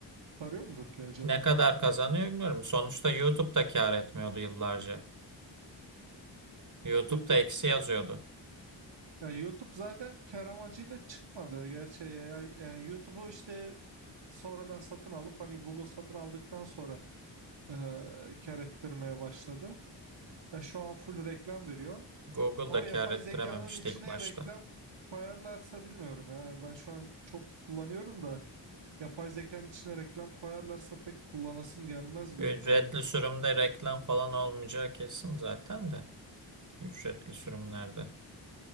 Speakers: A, on the right; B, on the right.
A: Tarıyor mudur ki acaba?
B: Ne kadar kazanıyor bilmiyorum. Sonuçta YouTube da kâr etmiyordu yıllarca. YouTube
A: YouTube
B: da eksi yazıyordu.
A: ya YouTube zaten kar amacıyla çıkmadı. Gerçi AI yani YouTube'u işte sonradan satın alıp hani Google satın aldıktan sonra e, kar ettirmeye başladı. Ya şu an full reklam veriyor.
B: Google
A: Ama
B: da
A: yapay
B: kâr ettirememişti
A: zekanın içine
B: ilk başta.
A: reklam koyarlarsa bilmiyorum yani ben şu an çok kullanıyorum da yapay zekanın içine reklam koyarlarsa pek kullanasım gelmez
B: Ücretli
A: benim yani.
B: sürümde reklam falan olmayacağı kesin zaten de. Ücretli sürümlerde.